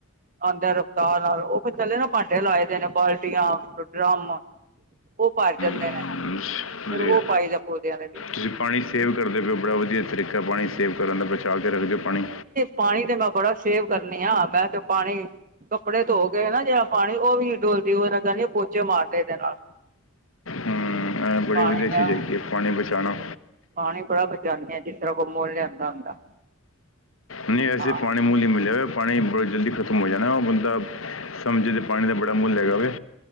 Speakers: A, on the right (about 40°); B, on the left (about 70°).
A: ਆਉਂਦਾ ਰਫਤਾਰ ਨਾਲ ਉਹ ਫ ਚੱਲੇ ਨਾ ਭਾਂਡੇ ਲਾਏ ਦੇ ਨੇ ਬਾਲਟੀਆਂ ਡਰਮ ਉਹ ਭਰ ਜਾਂਦੇ
B: ਹਮ,
A: ਨੇ ਫਿਰ
B: ਸ਼- ਵਧੀਆ
A: ਉਹ ਪਾਈ ਦਾ ਪੌਦਿਆਂ ਦੇ ਵਿੱਚ
B: ਤੁਸੀਂ ਪਾਣੀ ਸੇਵ ਕਰਦੇ ਪਏ ਓ ਬੜਾ ਵਧੀਆ ਤਰੀਕਾ ਪਾਣੀ ਸੇਵ ਕਰਨ ਦਾ ਬਚਾਅ ਕੇ ਰੱਖ ਦਿਓ ਪਾਣੀ
A: ਪਾਣੀ ਤੇ ਮੈਂ ਬੜਾ ਸੇਵ ਕਰਨੀ ਆ ਮੈਂ ਤੇ ਪਾਣੀ ਕੱਪੜੇ ਧੋ ਗਏ ਨਾ ਜਿਹੜਾ ਪਾਣੀ ਉਹ ਵੀ ਨਈ ਡੋਲਦੀ ਉਹ ਨਾਲ ਕਹਿੰਦੀ ਪੋਚੇ ਮਾਰਦੇ ਇਹਦੇ ਨਾਲ
B: ਹੂੰ ਬੜੀ
A: ਪਾਣੀ
B: <unintelligible>
A: ਮੈਂ
B: ਹੈ ਪਾਣੀ ਬਚਾਉਣਾ
A: ਪਾਣੀ ਬੜਾ ਬਚਾਉਂਦੇ ਆ ਜਿਸ ਤਰ੍ਹਾਂ ਕੋਈ ਮੋਲ ਲਿਆਂਦਾ ਹੁੰਦਾ
B: ਨਹੀਂ ਐਸੇ
A: ਹਾਂ
B: ਪਾਣੀ ਮੂਲ ਨਈ ਮਿਲੇਗਾ ਪਾਣੀ ਬੜੀ ਜਲਦੀ ਖਤਮ ਹੋ ਜਾਣਾ ਉਹ ਬੰਦਾ ਸਮਝੇ ਜੇ ਪਾਣੀ ਦਾ ਬੜਾ ਮੁੱਲ ਹੈਗਾ ਹੋਵੇ